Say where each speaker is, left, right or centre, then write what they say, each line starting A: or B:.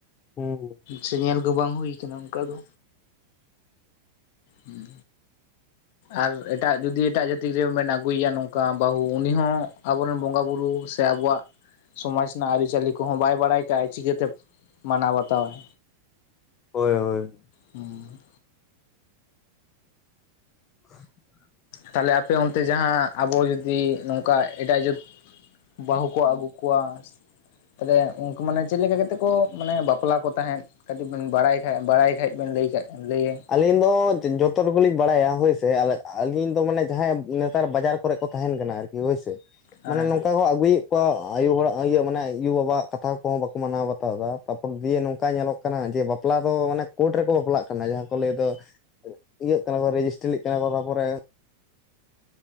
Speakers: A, on the left (about 25°); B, on the left (about 50°).
A: ᱦᱩᱸ, ᱦᱩᱸ᱾
B: ᱥᱮ ᱧᱮᱞ ᱫᱚ ᱵᱟᱝ ᱦᱩᱭ ᱟᱠᱟᱱᱟ ᱚᱱᱠᱟ ᱫᱚ᱾ ᱦᱸ ᱟᱨ ᱮᱴᱟᱜ ᱡᱩᱫᱤ ᱮᱴᱟᱜ ᱡᱟᱹᱛᱤ ᱨᱮᱱ ᱵᱮᱱ ᱟᱹᱜᱩᱭᱮᱭ-ᱟ᱾ ᱱᱚᱝᱠᱟ ᱵᱟᱹᱦᱩ ᱩᱱᱤ ᱦᱚᱸ ᱟᱵᱚᱨᱮᱱ ᱵᱚᱸᱜᱟ ᱵᱩᱨᱩ ᱥᱮ ᱟᱵᱚᱣᱟ-ᱜ ᱥᱚᱢᱟᱡᱽ ᱨᱮᱱᱟᱜ ᱟᱹᱨᱤᱪᱟᱹᱞᱤ ᱠᱚᱼᱦᱚᱸ ᱵᱟᱭ ᱵᱟᱲᱟᱭ᱾ ᱠᱟᱜ ᱟᱭ ᱪᱤᱠᱟᱹᱛᱮ ᱢᱟᱱᱟᱣ ᱵᱟᱛᱟᱣᱼᱟᱭ᱾
A: ᱦᱳᱭ ᱦᱳᱭ
B: ᱦᱩᱸ
A: <inaudible>
B: ᱛᱟᱦᱚᱞᱮ ᱟᱯᱮ ᱚᱱᱛᱮ ᱡᱟᱦᱟᱸ ᱟᱵᱚ ᱡᱩᱫᱤ ᱱᱚᱝᱠᱟ ᱮᱴᱟᱜ ᱡᱟᱹᱛ ᱵᱟᱹᱦᱩ ᱠᱚ ᱟᱹᱜᱩ ᱠᱚᱣᱟ? ᱛᱟᱦᱚᱞᱮ ᱩᱱᱠᱩ ᱢᱟᱱᱮ ᱪᱮᱫ ᱞᱮᱠᱟ ᱠᱟᱛᱮ ᱠᱚ, ᱢᱟᱱᱮ ᱵᱟᱯᱞᱟ ᱠᱚ ᱛᱟᱦᱮᱸᱫ? ᱠᱟᱹᱴᱤᱡ ᱵᱮᱱ ᱵᱟᱨᱟᱭ ᱠᱷᱟ, ᱵᱟᱨᱟᱭ ᱠᱷᱟᱱ ᱵᱤᱱ ᱞᱟᱹᱭ ᱠᱟᱜ ᱞᱟᱹᱭᱟ?
A: ᱟᱹᱞᱤᱧ ᱫᱚ ᱡᱚᱛᱚ ᱴᱩᱠᱩᱞᱤᱧ ᱵᱟᱨᱟᱭᱼᱟ᱾ ᱦᱳᱭ ᱥᱮ, ᱟᱹᱞᱤᱧ ᱫᱚ ᱢᱟᱱᱮ ᱡᱟᱦᱟᱭ ᱱᱮᱛᱟᱨ ᱵᱟᱡᱟᱨ ᱠᱚᱨᱮ ᱠᱚ ᱛᱟᱸᱦᱮᱱ ᱠᱟᱱᱟ ᱾ ᱦᱳᱭ ᱥᱮ,
B: ᱦᱮᱸ
A: ᱢᱟᱱᱮ ᱱᱚᱝᱠᱟ ᱠᱚ ᱟᱹᱜᱩᱭᱤᱜ <unintelligible> ᱟᱭᱳ ᱵᱟᱵᱟ ᱣᱟᱜ ᱠᱟᱛᱷᱟ ᱠᱚ ᱵᱟᱠᱚ ᱢᱟᱱᱟᱣ ᱵᱟᱛᱟᱣ ᱮᱫᱟ, ᱛᱟᱨᱯᱚᱨ ᱫᱤᱭᱮ ᱱᱚᱝᱠᱟ ᱧᱮᱞᱚᱜ ᱠᱟᱱᱟ ᱠᱟᱱᱟ ᱡᱮ, ᱵᱟᱯᱞᱟ ᱫᱚ ᱢᱟᱱᱮ ᱠᱳᱨᱴ ᱨᱮᱠᱚ ᱵᱟᱯᱞᱟᱜ ᱠᱟᱱᱟ ᱡᱟᱦᱟᱸ ᱠᱚᱞᱮᱡ ᱫᱚ, ᱤᱭᱟᱜ ᱠᱟᱱᱟ ᱠᱚ ᱨᱮᱡᱤᱥᱴᱨᱤᱜ ᱠᱟᱱᱟ ᱠᱚ᱾ ᱛᱟᱨᱯᱚᱨᱮ